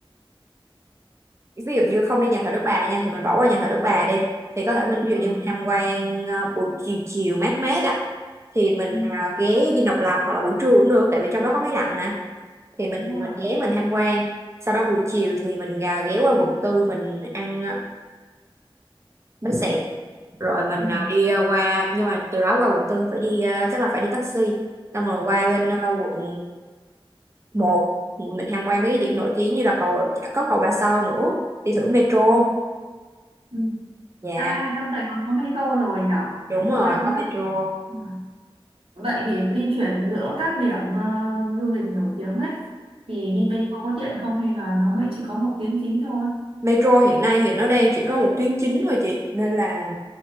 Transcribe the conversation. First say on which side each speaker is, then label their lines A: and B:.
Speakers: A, on the right; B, on the right.
A: ví dụ như không đi nhà thờ Đức Bà nha thì mình bỏ qua nhà thờ Đức Bà đi thì có thể mình ví dụ
B: ừ,
A: như mình tham quan ờ, buổi chiều chiều mát mát á thì mình
B: ừ,
A: ờ, ghé Dinh Độc Lập hoặc là buổi trưa cũng được tại vì trong đó có máy lạnh mà thì mình
B: đúng rồi
A: mình ghé mình tham quan sau đó buổi chiều thì mình ờ, ghé qua quận tư mình ăn ờ, bánh xẹp rồi mình
B: ừ.
A: à, đi à, qua nhưng mà từ đó qua quận tư phải đi à, chắc là phải đi taxi xong rồi qua bên à, quận một mình tham quan mấy cái điểm nổi tiếng như là cầu có cầu Ba Sao nữa đi thử metro
B: ừ, ừ.
A: dạ
B: à trong Sài Gòn có metro rồi nhỉ?
A: đúng
B: chị
A: rồi
B: quên
A: có
B: mất
A: metro
B: Đúng rồi. vậy thì di chuyển giữa các điểm ờ, du lịch nổi tiếng ấy thì đi metro có tiện không hay là nó mới chỉ có một tuyến chính thôi
A: metro hiện nay thì nó đang chỉ có một tuyến chính thôi chị nên là